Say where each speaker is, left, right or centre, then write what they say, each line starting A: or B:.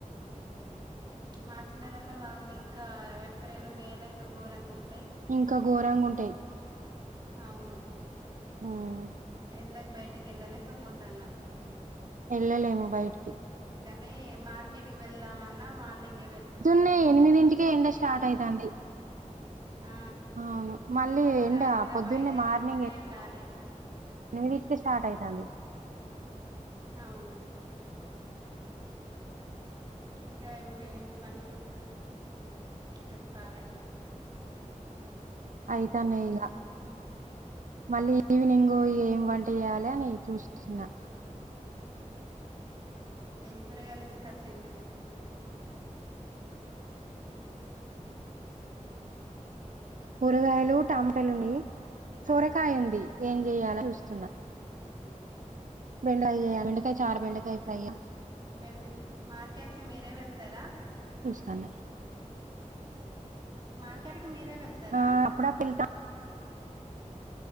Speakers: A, on the right; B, on the right.
A: మార్చి నెలల్లో బాగున్నాయి ఇంకా ఏప్రిల్ మే లా ఇంకా ఘోరంగా ఉంటు
B: ఇంకా ఘోరంగ ఉంటాయి.
A: అవును
B: మ్మ్
A: ఎండకు బయటికి వెళ్ళలేకపోతాన్నం,
B: వెళ్ళలేము బయటికి
A: ని మార్కెట్ కి వెళ్దామన్నా మార్నింగ్
B: పొద్దున్నే ఎనిమిదింటికే ఎండ స్టార్ట్ అవుతుంది,
A: ఆ
B: అవును మళ్ళీ
A: మళ్ళా
B: ఎండా
A: సాయంత్రం
B: పొద్దున్నే
A: ఐదయినంకనే
B: మార్నింగ్ ఎనిమిది
A: వెళ్ళాలి
B: ఇంటికే స్టార్ట్ అయితంది.
A: అవును ఇంకా ఏం పనులు చెప్పాలే
B: అయితన్నా ఇగా మళ్ళీ ఈవినింగ్ ఏమి వంట చేయాలి. యాలని చూస్తున్నా,
A: ఏం కూరకాయలు తీస్కోచిరు, <unintelligible>
B: కూరగాయలు టమాటలుని, సొరకాయ ఉంది
A: ఉమ్
B: ఏం చెయాల చూస్తున్నా. బెండకా బెండకాయ చారు, బెండకాయ ఫ్రై
A: బెన్ మార్కెట్కిి మీరే వెళ్తారా,
B: తను
A: మార్కెట్కిి మీరే వెళ్తారా,
B: ఆ అప్పుడప్పుడు వెళ్తా